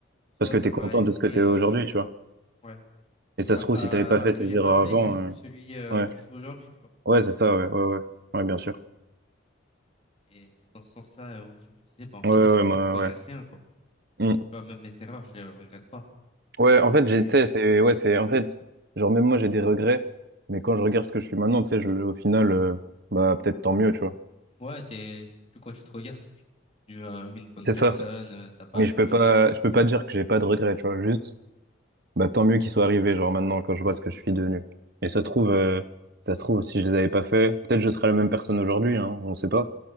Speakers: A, on the left (about 30°); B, on the right (about 55°).
A: soit
B: Parce que
A: ça
B: t'es content
A: m'a évité.
B: de ce que t'es aujourd'hui,
A: euh,
B: tu vois.
A: ouais. C'est
B: Et ça
A: grâce
B: se trouve,
A: à
B: si t'avais pas fait
A: ce que
B: ces
A: j'ai
B: erreurs
A: mal fait
B: avant,
A: que je suis
B: euh,
A: celui euh,
B: ouais,
A: que je suis aujourd'hui, tu vois.
B: ouais, c'est ça, ouais, ouais, ouais, ouais, bien sûr.
A: Et c'est dans ce sens-là où je me disais, bah, en fait,
B: Ouais, ouais,
A: euh,
B: ouais, moi,
A: je regrette
B: ouais.
A: rien, quoi. Tu
B: Hmm.
A: vois, même mes erreurs, je les regrette pas.
B: Ouais, en fait,
A: je suis
B: j'ai, tu sais, c'est, ouais, c'est, en fait, genre, même moi, j'ai des regrets, mais quand je regarde ce que je suis maintenant, tu sais, je, au final, euh, bah, peut-être tant mieux, tu vois.
A: Ouais, t'es, tu, quand tu te regardes, tu dis que t'es devenu euh, une bonne
B: C'est
A: personne,
B: ça.
A: euh, t'as pas
B: Mais je
A: eu,
B: peux
A: euh,
B: pas, je peux pas dire que j'ai pas de regrets, tu vois. Juste, Bah, tant mieux qu'ils soient arrivés, genre maintenant, quand je vois ce que je suis devenu. Et ça se trouve, euh, ça se trouve, si je les avais pas fait, peut-être je serais la même personne aujourd'hui, hein, on sait pas.